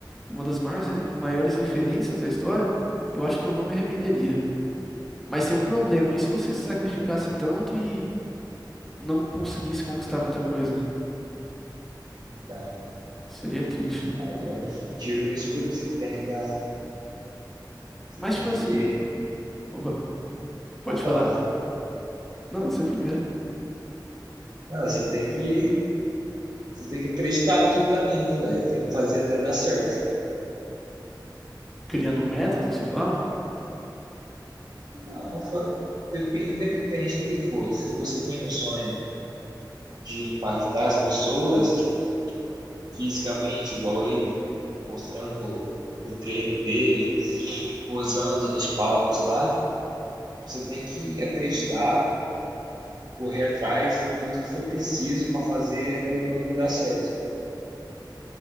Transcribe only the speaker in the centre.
uma das maiores, maiores referências da história, eu acho que eu não me arrependeria. Mas seria um problema, e se você se sacrificasse tanto e não conseguisse conquistar muita coisa?
Seria triste, né?
Mas,
tipo
assim, opa, pode
falar. Não, você é primeiro.
Criando metas, você fala?